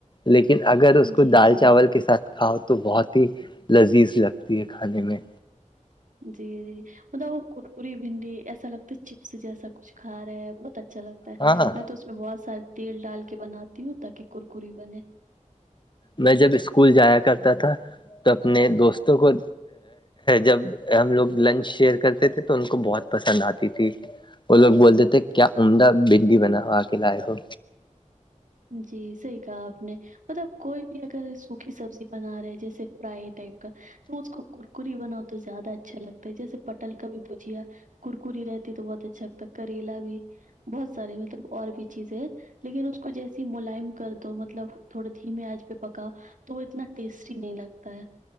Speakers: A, on the left; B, on the right.
A: لیکن اگر اس کو
B: جی
A: دال
B: جی
A: چاول کے ساتھ کھاؤ تو بہت ہی لذیذ لگتی ہے کھانے میں
B: جی جی مطلب وہ کرکری بھنڈی ایسا لگتا ہے چپس جیسا کچھ کھاے بہت اچھا لگتا
A: ہاں
B: میں تو اس میں بہت سارے تیل ڈال کے بناتی ہوں تاکہ کرکری بنے
A: میں جب اسکول جایا کرتا تھا تو اپنے دوستوں کو جب ہم لوگ لنچ شیئر کرتے تھے تو ان کو بہت پسند آتی تھی وہ لوگ بولتے تھے کیا عمدہ بنڈی بنا ہو آکے لائے ہو
B: جی صحیح کہا آپ نے مطلب کوئی بھی اگر سوکھی سبزی بنا رہے جیسے فرائی ٹائپ کا تو اس کو کرکری بناؤ تو زیادہ اچھا لگتا ہے جیسے پٹل کا بھی بجیا ککری رہتی تو بہت اچھا لگتا ہے کریلا بھی بہت سارے مطلب اور بھی چیزیں ہے لیکن اس کو جیسے ملائم کر دو مطلب تھوڑے دھیمیے آنچ پہ پکاؤ تو وہ اتنا ٹیسٹی نہیں لگتا ہے